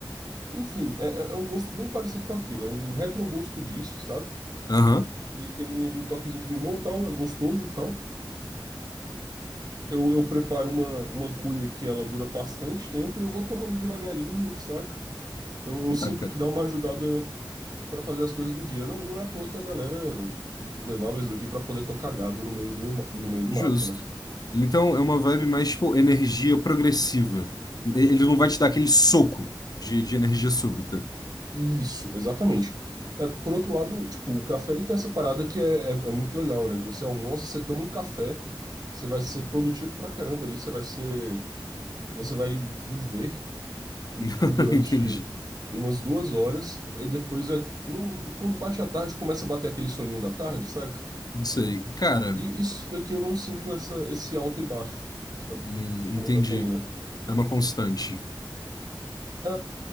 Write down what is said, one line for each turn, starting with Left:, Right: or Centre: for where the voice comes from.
Right: Enfim, é, é é um gosto bem parecido com aquilo. É um retrogosto disso, saca?
Left: Aham.
Right: Ele tem ali o toquezinho do limão, tal, é gostoso, tal. Eu, eu preparo uma, uma cuia que ela dura bastante tempo e eu vou tomando devagarinho, saca? Eu, eu sinto
Left: Ah, cara,
Right: que dá uma ajudada pra fazer as coisas do dia. Não, não é à toa que a galera levava isso daqui pra poder tocar gado no meio do, ma- no meio do
Left: justo.
Right: mato, né?
Left: Então é uma vibe mais, tipo, energia progressiva. Ele não vai te dar aquele soco de, de energia súbita.
Right: Isso, exatamente. É, por outro lado, tipo, o café ele tem essa parada que é, é, é muito legal, né? De Você almoça, você toma um café, você vai ser produtivo pra caramba ali, você vai ser, você vai viver um,
Left: <laughs>
Right: durante
Left: Entendi.
Right: umas duas horas, e depois, é, no- quando bate a tarde, começa a bater aquele soninho da tarde, saca?
Left: Não sei. Cara,
Right: E isso daqui eu não sinto essa, esse alto e baixo, sabe?
Left: hum, entendi.
Right: Com a cafeína.
Left: É uma constante.
Right: É,